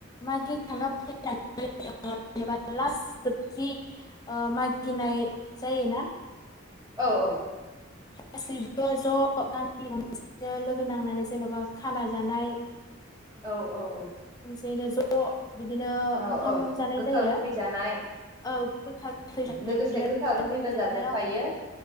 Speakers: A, on the left; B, on the right.
A: मागिखांना फैनानै ओ एबा लास जोबथि ओ मा गिनाय जायोना
B: औ औ।
A: गासै बो ज' गामि मि गंसेनो लोगो नांनानै जेनबा खाना जानाय
B: औ औ औ।
A: हैनो ज' बिदिनो
B: औ
A: ओंखाम
B: औ
A: जानाय
B: गोखा
A: जायो
B: गोखै जानाय
A: औ गोखा गोखै <unintelligible>
B: लोगोसे गोखा
A: गोखै
B: गोखैबो
A: जानायाव
B: जादेरफायो